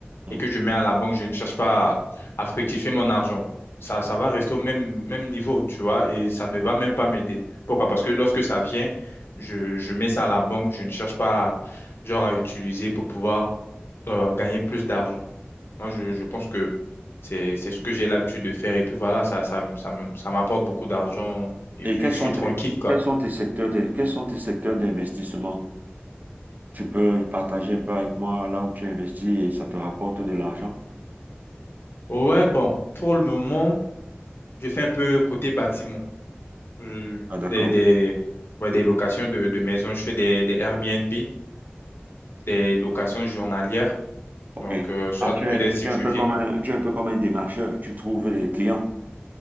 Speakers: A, on the right; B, on the left.
A: Mhm.
B: et que je mets à la banque, je ne cherche pas à, à fructifier mon argent. Ça, ça va rester au même, même niveau, tu vois, et ça ne va même pas m'aider. Pourquoi? Parce que lorsque ça vient, je, je mets ça à la banque, je ne cherche pas, genre, à utiliser pour pouvoir euh, gagner plus d'argent. Moi, je, je pense que c'est, c'est ce que j'ai l'habitude de faire. Et puis voilà, ça, ça, ça, me- ça m'apporte beaucoup d'argent. Et
A: Et
B: puis,
A: quels sont
B: je suis tranquille,
A: tes,
B: quoi.
A: quels sont tes secteurs de, quels sont tes secteurs d'investissement? Tu peux partager un peu avec moi là où tu investis et ça te rapporte de l'argent?
B: Ouais, bon, pour le moment, je fais un peu côté bâtiment. euh,
A: Ah, d'accord.
B: des, des, ouais, des locations de, de maisons. Je fais des, des Airbnb, des locations journalières.
A: OK.
B: Donc, euh, soit
A: Ah, tu
B: peut-être
A: es,
B: si
A: tu
B: tu
A: es un peu
B: viens.
A: comme un, tu es un peu comme un démarcheur. Tu trouves les clients.